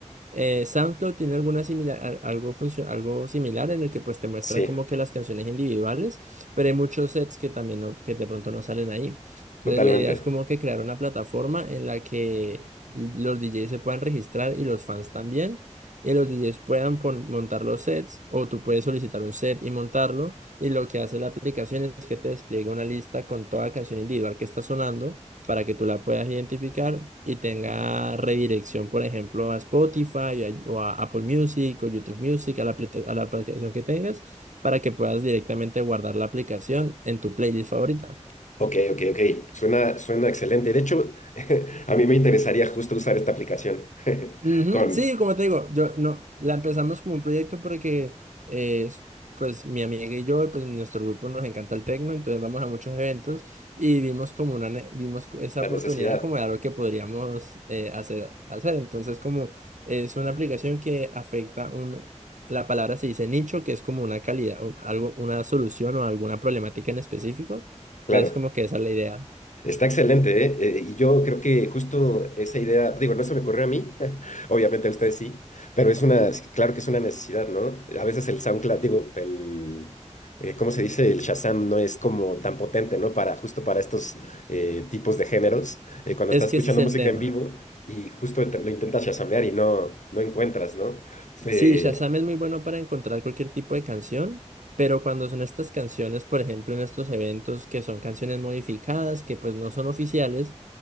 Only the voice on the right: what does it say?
Eh, SoundCloud tiene alguna similar, al- algo, funcio- algo similar en el que pues te muestra
como que las canciones individuales, pero hay muchos sets que también no- que de pronto no salen ahí. Entonces
la idea es como que crear una plataforma en la que los DJs se puedan registrar y los fans también, y los DJs puedan pon- montar los sets o tú puedes solicitar un set y montarlo, y lo que hace la aplicación es que te despliega una lista con toda canción individual que está sonando para que tú la puedas identificar y tenga redirección, por ejemplo, a Spotify a- o a Apple Music o YouTube Music, a la, apli- a la aplicación que tengas, para que puedas directamente guardar la aplicación en tu playlist favorita.
Ujú,
Sí, como te digo, yo no la empezamos como un proyecto porque eh, pues mi amiga y yo, pues nuestro grupo nos encanta el tecno, entonces vamos a muchos eventos y vimos como una ne- vimos co- esa
oportunidad
como de algo que podríamos eh, hacer, hacer. Entonces, como es una aplicación que afecta un la palabra se dice nicho, que es como una calidad, un- algo, una solución o alguna problemática en específico. Entonces,
como que esa es la idea.
Es
que
ese es el
tema.
Sí, Shazam es muy bueno para encontrar cualquier tipo de canción, pero cuando son estas canciones, por ejemplo, en estos eventos que son canciones modificadas, que pues no son oficiales,